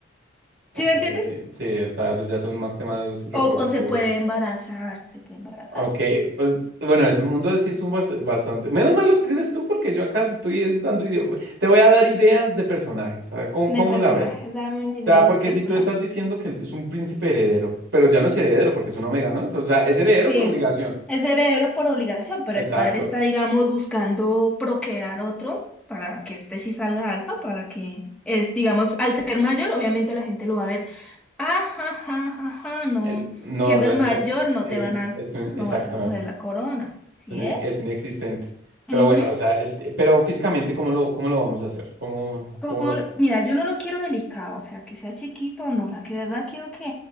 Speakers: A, on the right; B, in the centre.
A: Ok,
B: ¿Sí me entiendes?
A: sí, o sea, esos ya son más temas reproductivos.
B: O, o se puede embarazar, se puede embarazar.
A: Ok, o- bueno, ese mundo sí es un bast- bastante. Menos mal lo escribes tú porque yo acá estoy es dando ide- Te voy a dar ideas de personajes, ¿sabes? ¿Cómo,
B: De
A: cómo
B: personajes,
A: la ves?
B: dame una idea
A: O sea, porque
B: de personaje.
A: si tú estás diciendo que es un príncipe heredero, pero ya no es heredero porque es un omega, ¿no? O sea, es heredero
B: Sí,
A: por obligación.
B: es heredero por obligación, pero
A: Exacto.
B: el padre está, digamos, buscando procrear otro para que este sí salga algo, para que es, digamos, al ser mayor, obviamente la gente lo va a ver, ajá, ajá, ajá, no,
A: Eh, No,
B: siendo
A: o sea,
B: el mayor
A: eh,
B: no
A: eh,
B: te van a,
A: es, un-
B: no
A: exacto,
B: vas a coger
A: es
B: la corona, ¿sí
A: un- e,
B: es?
A: es inexistente. Pero
B: Ujú.
A: bueno, o sea, el t- pero físicamente, ¿cómo lo, cómo lo vamos a hacer? ¿Cómo,
B: Como,
A: cómo lo, o
B: mira, yo no lo quiero delicado, o sea, que sea chiquito, no, la que de verdad quiero que